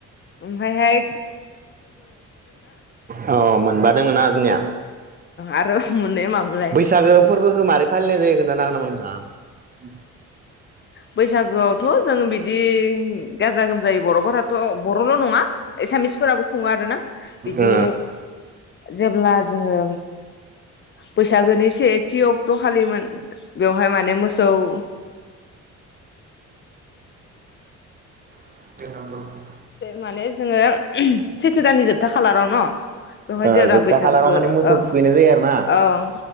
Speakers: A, on the left; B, on the right.
A: ओमफायहाय
B: अ मोनबा दोङो ना जोंनिया
A: आरो मोननै मामोनलाय
B: बैसागो फोरबोखो मारै फालिनाय जायो खोनथानो हागोन नामा नोंथाङा? <unintelligible>
A: बैसागोआवथ' जों बिदि गाजा गोमजायो बरफोराथ' बर' नङा एसामिसफोराबो खुङो आरोना बिदि
B: ओ
A: जेब्ला जोङो बैसागोनि सेथियाव दखालिमोन बेवहाय माने मोसौ <inaudible>
B: <inaudible>
A: माने जोङो सैथो दाननि जोबथा खालाराव न बेवहाय
B: ओ
A: जेब्ला
B: जोबथा
A: बैसागुखो
B: खालाराव माने मोसौ
A: ओ
B: थुखैनाय जायो आरो ना
A: ओं